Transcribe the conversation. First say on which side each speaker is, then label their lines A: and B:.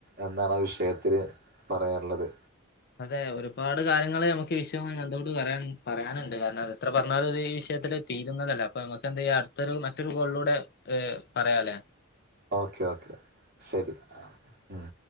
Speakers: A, on the right (about 45°); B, on the left (about 50°).
A: എന്നാണ് ആ വിഷയത്തിൽ പറയാൻ ഇള്ളത്
B: അതെ ഒരുപാട് കാര്യങ്ങള് നമുക്ക് ഈ വിഷയം ആയി ബന്ധപ്പെട്ട് പറയാൻ പറയാന്ണ്ട് കാരണം അത് എത്ര പറഞ്ഞാലും അത് ഈ വിഷയത്തില് തീരുന്നതല്ല അപ്പൊ നമുക്ക് എന്ത് ചെയ്യാ അടുത്തൊരു മറ്റൊരു കോളിലൂടെ പറയാംലെ
A: ഓക്കെ ഓക്കെ ശരി ആഹ് ഉം